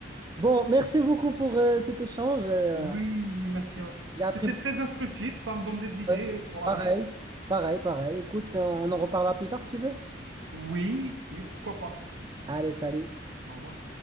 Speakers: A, on the right (about 20°); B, on the right (about 75°).
A: Bon, merci beaucoup pour euh, cet échange. euh,
B: Oui, oui, merci.
A: j'ai appris
B: C'était
A: beaucoup.
B: très instructif, ça me donne des idées
A: Ouais.
B: pour l'avenir.
A: Pareil, pareil, pareil. Écoute, on en reparlera plus tard si tu veux.
B: Oui, oui, pourquoi pas.
A: Allez, salut.
B: Au revoir.